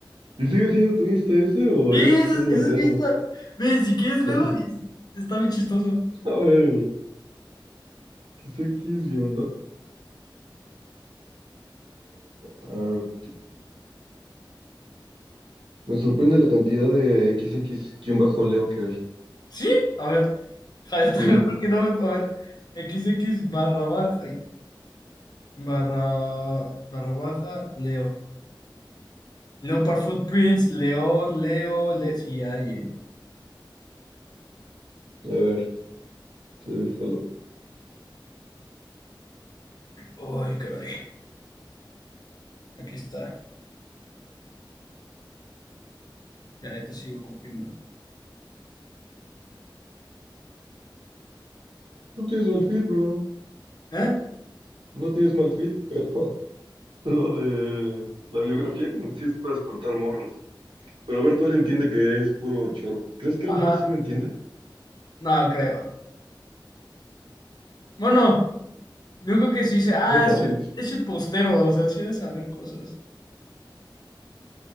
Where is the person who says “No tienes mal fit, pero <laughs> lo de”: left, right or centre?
Right